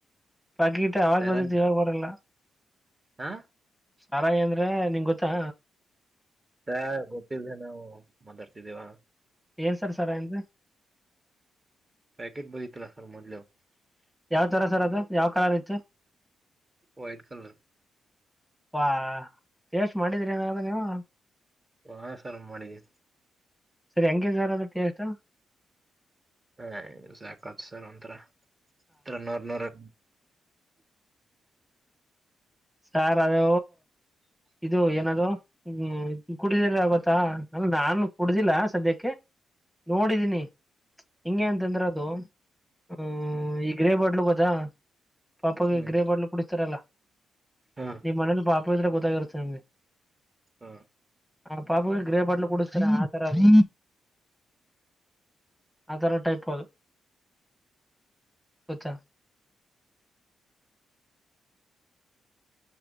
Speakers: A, in the centre; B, on the right (about 30°).
A: ಪಕಗಿಟ್ಟ ಅವಾಗ
B: ಸರಾಯಿ
A: ಬದ ಇವಾಗ ಬರಲ್ಲ
B: ಹಾ
A: ಸಾರಾಇ ಅಂದ್ರೆ ನಿಂಗ ಗೊತ್ತಾ
B: ಸರ್ ಗೊತ್ತಿಲ್ದೆನೆ ಮಾತಾಡ್ತಿದ್ದೀಯಾ
A: ಏನ್ ಸರ್ ಸಾರೈ ಅಂದ್ರೆ
B: ಪ್ಯಾಕೆಟ್ ಬದತ್ರಾ ರ್ಮದಲ <unintelligible>
A: ಯಾವ ತರ ಸರ್ ಅದು ಯಾವ ಕಲರ್ ಇತ್ತು
B: ವೈಟ್ ಕಲರ್
A: ವಾ ಟೇಸ್ಟ್ ಮಾಡಿದ್ರಿ ಏನಾದ್ರ ನೀವು
B: ಹಾ ಸರ್ ಮಾಡಿದೀವಿ
A: ಸರಿ ಹೆಂಗಾರ ಅದ್ರ ಟೇಸ್ಟ್
B: ಹ ಸಾಕತ್ ಸರ್ ಒಂಥರ ಇ ನೂರ ನೊರೆ
A: ಸರ್ ಅದು ಇದು ಏನಾದ ಹ್ಮ್ ಕುಡಿದಿದೆ ಆಗತ್ತಾ ಅ ನಾನು ಕುಡ್ದಿಲ್ಲ ಸದ್ಯಕ್ಕೆ ನೋಡಿದೀನಿ ಹಿಂಗೆ ಅಂತಂದ್ರ ಅದು ಹಹ
B: ಹ್ಮ್
A: ಈ ಗ್ರೇ ಬಾತ್ಲು ಬ ದಾ <unintelligible> ಪಾಪಗೆ
B: ಹ್ಮ್
A: ಗ್ರೇ ಬಾಲು ಕುಡಿಸ್ತಾರಲ್ಲಾ
B: ಹಾ
A: ನಿ ಮನಲು ಪಾಪ ್ರೆ ಗೊತ್ತಾಗಿರುತ್ತೆ ನಿಮ್ಗೆ
B: ಹ್ಮ
A: ಆ ಪಾಪಗಳು ಗ್ರೇ ಬಡ್ಲು ಕುಡತನ ಆ ತರ ಅದ ಆಥರ ಟೈಪ್ ಅದು ಗೊತ್ತಾ